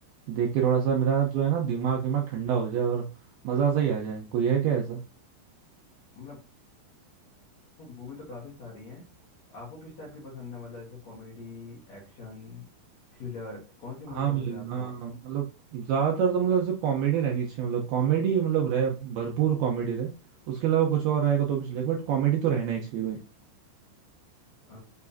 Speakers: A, on the right; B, on the left.
A: देख के थोड़ा सा मेरा जो है ना दिमाग दिमाग ठंडा हो जाए और मजा सा ही आ जाए कोई है क्या ऐसा
B: मतलब मूवी तो काफी सारी हैं आपको किस टाइप की पसंद है मतलब जैसे कॉमेडी एक्शन थ्रिलर कौन सी मूवी
A: हाँ
B: पसंद
A: भाई
B: है आपको
A: हाँ मतलब ज्यादातर तो मतलब ऐसे कॉमेडी रहनी चाहिए मतलब कॉमेडी मतलब रहे भरपूर कॉमेडी रहे उसके अलावा कुछ और रहेगा तो भी चलेगा बट कॉमेडी तो रहना ही चाहिए भाई
B: अ,